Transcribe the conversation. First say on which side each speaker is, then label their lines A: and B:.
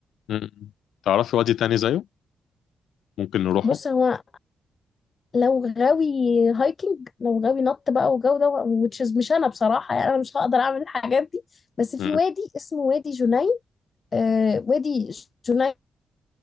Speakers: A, on the left; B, on the left.
A: م- تعرفي وادي تاني زيه ممكن نروحه
B: بص هو لو غاوي هايكنج لو غاوي نط بقى وجو ده which is مش انا بصراحة يعني انا مش هقدر اعمل الحاجات دي بس في
A: م-
B: وادي اسمه وادي جنين آه وادي جنين